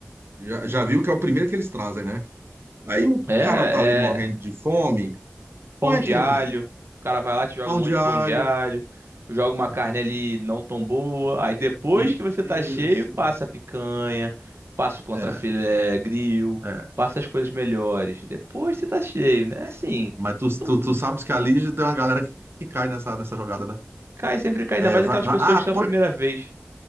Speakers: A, on the right; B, on the right.
A: Já, já viu que é o primeiro que eles trazem, né? Aí o
B: É,
A: cara tá ali morrendo de fome,
B: pão
A: põe
B: de
A: aqui
B: alho.
A: no prato.
B: O cara vai lá, te joga
A: Pão
B: um monte
A: de
B: de
A: alho.
B: pão de alho, joga uma
A: Ah,
B: carne ali não tão boa. Aí depois
A: isso.
B: que você tá cheio, passa a picanha, passa o contrafilé
A: É,
B: grill,
A: é.
B: passa as coisas melhores. Depois você tá cheio, né? Assim,
A: Mas tu,
B: não
A: tu, tu sabes que ali tem uma galera que que cai nessa, nessa jogada, né?
B: cai, sempre cai,
A: É,
B: ainda mais
A: vai,
B: aquelas
A: vai-
B: pessoas
A: ah,
B: que são
A: pode,
B: a primeira vez.